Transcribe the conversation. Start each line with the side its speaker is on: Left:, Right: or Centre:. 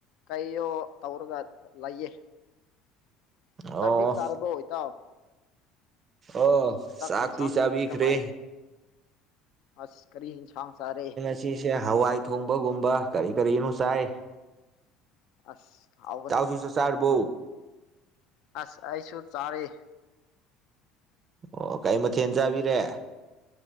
Left: ꯀꯩꯌꯣ ꯇꯧꯔꯒ ꯂꯩꯌꯦ
Right: ꯑꯣ
Left: ꯆꯥꯛꯇꯤ ꯆꯥꯔꯔꯕꯣ ꯏꯇꯥꯎ
Right: ꯑꯣ ꯆꯥꯛ
Left: ꯌꯦꯟꯁꯥꯡꯗꯤ
Right: ꯇꯥ ꯆꯥꯕꯤꯈ꯭ꯔꯦ
Left: ꯀꯃꯥꯏ ꯇꯧ ꯑꯁ ꯀꯔꯤ ꯏꯟꯁꯥꯡ ꯆꯥꯔꯦ
Right: ꯁꯤꯁꯦ ꯍꯋꯥꯏ ꯊꯣꯡꯕꯒꯨꯝꯕ ꯀꯔꯤ ꯀꯔꯤꯅꯣ ꯆꯥꯏ
Left: ꯑꯁ ꯍꯥꯎꯕꯅꯤꯅꯦ
Right: ꯏꯇꯥꯎꯁꯨ ꯆꯥꯛ ꯆꯥꯔꯕꯣ
Left: ꯑꯁ ꯑꯩꯁꯨ ꯆꯥꯔꯤ
Right: ꯑꯣ ꯀꯩ ꯃꯊꯦꯟ ꯆꯥꯕꯤꯔꯦ